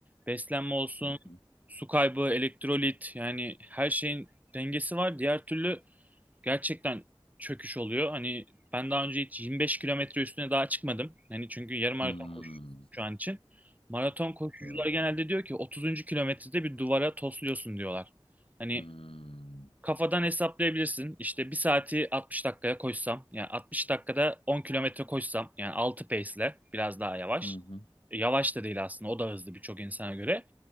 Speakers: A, on the right; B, on the left.
A: beslenme olsun,
B: Hı hı.
A: su kaybı, elektrolit yani her şeyin dengesi var. Diğer türlü gerçekten çöküş oluyor. Hani ben daha önce hiç 25 kilometre üstüne daha çıkmadım. Hani çünkü yarım maraton
B: Hmm,
A: koşuyorum şu an için. Maraton koşucular
B: doğru.
A: genelde diyor ki 30. kilometrede bir duvara tosluyorsun diyorlar. Hani
B: Hmm.
A: Kafadan hesaplayabilirsin. İşte bir saati 60 dakikaya koşsam, yani 60 dakikada 10 kilometre koşsam, yani 6 pace'le biraz daha yavaş.
B: Hı hı.
A: E, Yavaş da değil aslında, o da hızlı birçok insana göre.